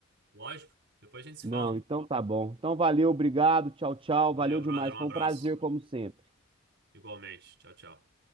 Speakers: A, on the right (about 60°); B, on the right (about 25°).
A: Lógico, depois a gente se
B: Não,
A: fala.
B: então tá bom. Então valeu, obrigado, tchau, tchau.
A: Valeu,
B: Valeu demais,
A: brother, um
B: foi
A: abraço.
B: um prazer, como sempre.
A: Igualmente, tchau, tchau.